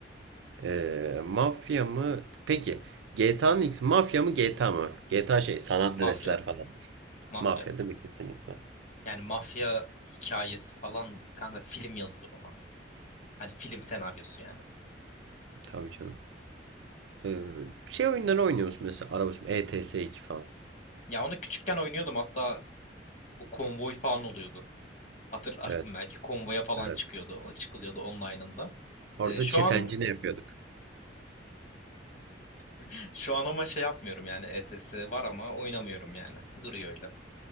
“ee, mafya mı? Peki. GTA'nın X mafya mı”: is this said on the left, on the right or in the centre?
Right